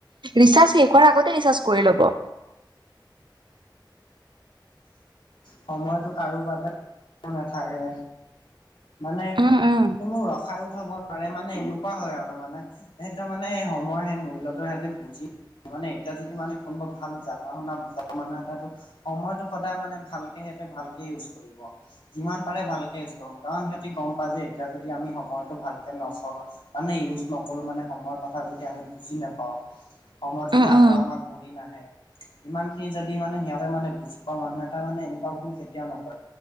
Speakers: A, on the right; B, on the left.
A: ৰিচাৰ্জ শেষ হোৱাৰ আগতে ৰিচাৰ্জ কৰি ল'ব
B: সময়টো কাৰো বাবে নেথাকে মানে
A: উম উম
B: কোনো ৰখাইও থব পাৰে মানে এনেকুৱা হয় আৰু মানে সিহতৰ মানে সেই সময় সেই মূল্যতো সিহঁতে বুজি মানে এতিয়া যদি মানে কোনোবা ভাল জানা শুনা বুজা মানুহে এটাটো সময়তটো সদায় মানে ভালকে সিহতে ভালকে ইউজ কৰিব যিমান পাৰে ভালকে ইউজ কৰিব কাৰণ সিহঁতি গম পায় যে এতিয়া যদি আমি সময়টো ভালকৈ নচলা মানে ইউজ নকৰো মানে সময়ৰ কথা যদি আমি বুজি নাপাও সময়টো
A: উম
B: যদি আকৌ
A: উম
B: আমাক ঘৰি নাহে ইমান খিনি যদি মানে সিহঁতে মানে বুজি পোৱা মানুহ এটা মানে এনেকুৱা ভুল কেতিয়াও নকৰে